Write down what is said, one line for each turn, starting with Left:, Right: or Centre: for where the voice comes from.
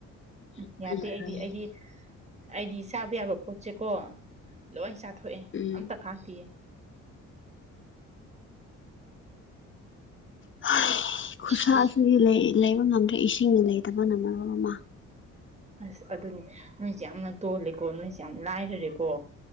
Right: ꯎꯝ
Left: ꯍꯤꯡꯕ
Right: ꯌꯥꯗꯦ
Left: ꯌꯥꯔꯣꯏꯍꯦ
Right: ꯑꯩꯗꯤ ꯑꯩꯗꯤ ꯑꯩꯗꯤ ꯆꯥꯕ ꯌꯥꯕ ꯄꯣꯠꯁꯦꯀꯣ ꯂꯣꯏ ꯆꯥꯊꯣꯛꯑꯦ
Left: ꯎꯝ
Right: ꯑꯝꯇ ꯈꯥꯛꯇꯤꯌꯦ
Left: <unintelligible> ꯈꯨꯠꯁꯥ
Right: ꯑꯗꯨ
Left: ꯑꯁꯤꯗꯤ ꯂꯩ ꯂꯩꯕ ꯉꯝꯗ꯭ꯔꯦ ꯏꯁꯤꯡꯅ ꯂꯩꯇꯕꯅ ꯃꯔꯣꯜ ꯑꯃ
Right: ꯑꯁ ꯑꯗꯨꯅꯤ ꯅꯣꯏꯁꯦ ꯌꯥꯝꯅ ꯇꯣꯜꯂꯦꯀꯣ ꯅꯣꯏꯁꯦ ꯌꯥꯝ ꯂꯥꯏꯔꯔꯦꯀꯣ